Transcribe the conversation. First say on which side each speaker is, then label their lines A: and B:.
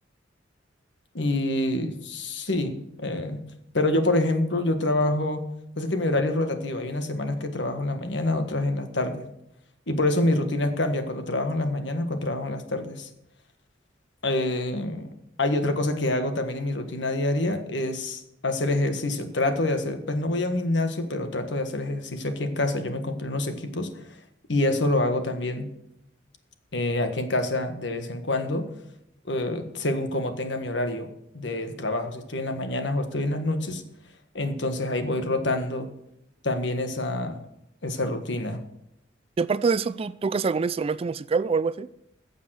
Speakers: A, on the left; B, on the right.
A: Y dos. Y sí, eh, pero yo, por ejemplo, yo trabajo, pasa que mi horario es rotativo. Hay unas semanas que trabajo en la mañana, otras en la tarde. Y por eso mis rutinas cambian cuando trabajo en las mañanas, cuando trabajo en las tardes. Eh, hay otra cosa que hago también en mi rutina diaria, es hacer ejercicio. Trato de hacer, pues no voy a un gimnasio, pero trato de hacer ejercicio aquí en casa. Yo me compré unos equipos y eso lo hago también eh, aquí en casa de vez en cuando, eh, según como tenga mi horario del trabajo. Si estoy en las mañanas o estoy en las noches, entonces ahí voy rotando también esa, esa rutina.
B: Y aparte de eso, ¿tú tocas algún instrumento musical o algo así?